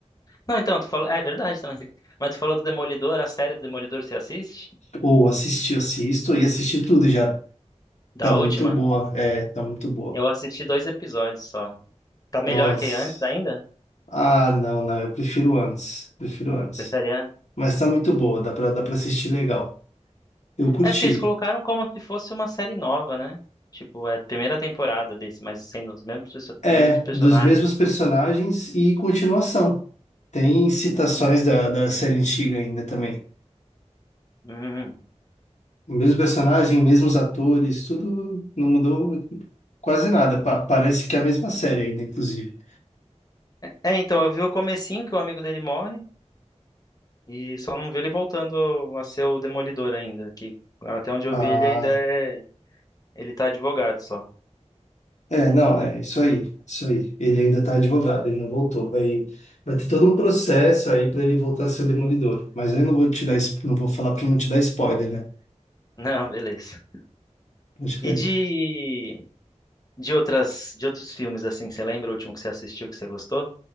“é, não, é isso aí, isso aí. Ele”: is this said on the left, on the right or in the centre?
Left